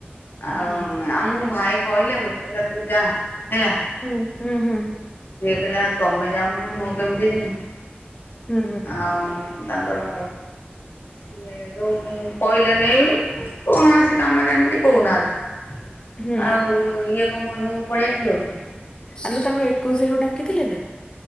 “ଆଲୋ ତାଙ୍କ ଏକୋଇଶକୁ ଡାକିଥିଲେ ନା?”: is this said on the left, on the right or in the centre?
Left